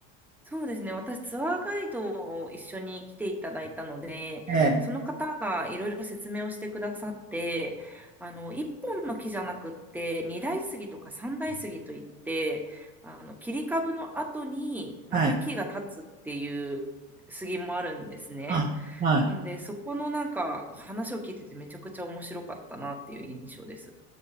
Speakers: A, in the centre; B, on the right.
A: そうですね。私、ツアーガイドを一緒に来ていただいたので、
B: ええ。
A: その方がいろいろ説明をしてくださって、あの、一本の木じゃなくって、二大杉とか三大杉といって、あの、切り株の後にまた木が立つっていう杉もあるんですね。
B: はい。はい。はい。
A: なんで、そこのなんか話を聞いててめちゃくちゃ面白かったなっていう印象です。